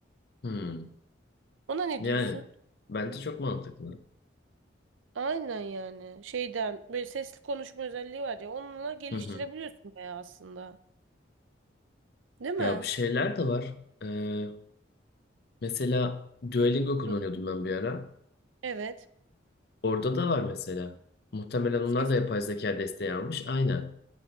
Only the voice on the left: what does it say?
hı.
Yani
bence çok mantıklı.
Hı hı.
Ya bu şeyler de var. Ee, mesela Duolingo kullanıyordum
ben bir ara.
Orada da var mesela. Muhtemelen onlar
da yapay zeka desteği almış. Aynen.